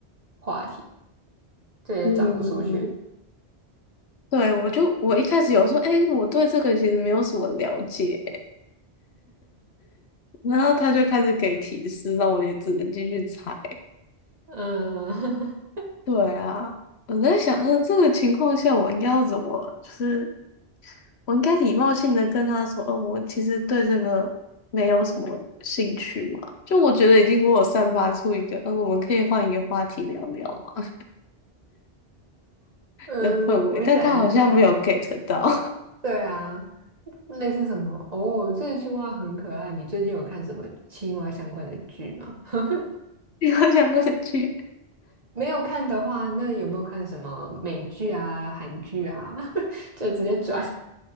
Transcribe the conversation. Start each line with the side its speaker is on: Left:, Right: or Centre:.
Right: 话题，这也转不出去。
Left: 嗯，对，我就我一开始有说，哎、我对这个其实没有什么了解，然后他就开始给提示，那我也只能继续猜。
Right: 嗯
Left: 对啊，我在想，嗯，这个情况下我应该要怎么，就是我应该礼貌性的跟他说，哦，我其实对这个没有什么兴趣嘛。就我觉得已经给我散发出一个，呃，我们可以换一个话题聊聊嘛
Right: <laughs> 嗯，
Left: 的氛围，
Right: 我想一下，
Left: 但他好像没有
Right: 哎，
Left: get 到。
Right: 对啊，类似什么？哦，这个青蛙很可爱。你最近有看什么青蛙相关的剧吗？<laughs>
Left: <laughs> 你我想过去
Right: 没有看的话，那有没有看什么美剧啊、韩剧啊？<laughs> 就直接转，